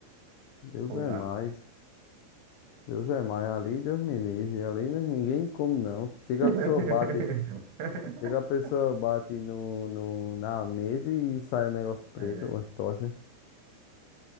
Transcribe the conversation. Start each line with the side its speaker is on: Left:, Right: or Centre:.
Left: Deus
Right: Ou
Left: é
Right: dá.
Left: mais. Deus é mais, ali Deus me livre. Ali não- ninguém come, não. Chega
Right: <laughs>
Left: a pessoa bate, chega a pessoa bate no, no, na mesa e sai um negócio preto,
Right: É,
Left: umas tochas.